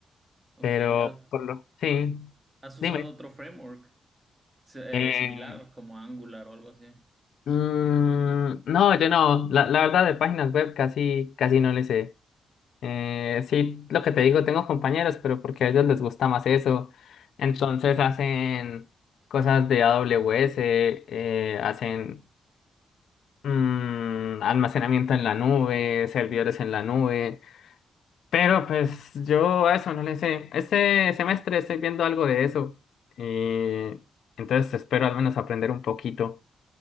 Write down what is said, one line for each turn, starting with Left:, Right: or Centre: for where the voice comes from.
Right: Ok.
Left: Pero
Right: ¿Ha-
Left: por lo, sí.
Right: ¿Has
Left: Dime.
Right: usado otro framework Se-
Left: Eh,
Right: eh, similar como Angular o algo así?
Left: Mm, no, yo no. La, la verdad, de páginas web casi, casi no le sé. Eh, sí, lo que te digo, tengo compañeros, pero porque a ellos les gusta más eso. Entonces hacen cosas de AWS, eh, hacen mm, almacenamiento en la nube, servidores en la nube. Pero pues yo a eso no le sé. Este semestre estoy viendo algo de eso. Y entonces espero al menos aprender un poquito.